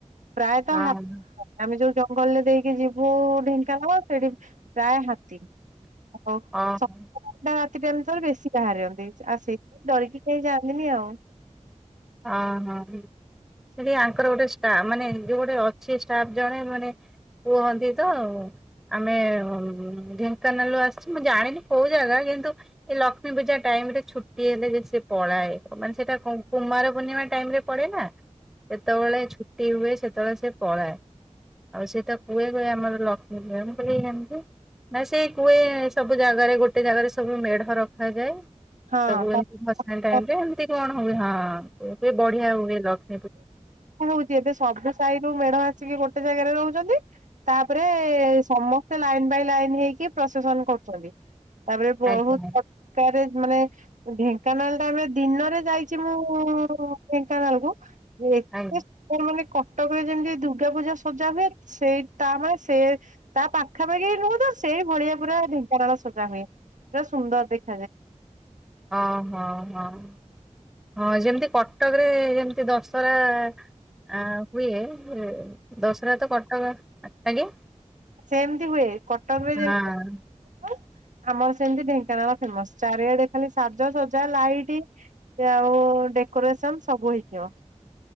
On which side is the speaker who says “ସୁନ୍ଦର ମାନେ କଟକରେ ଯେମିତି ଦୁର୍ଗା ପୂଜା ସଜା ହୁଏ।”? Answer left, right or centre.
Right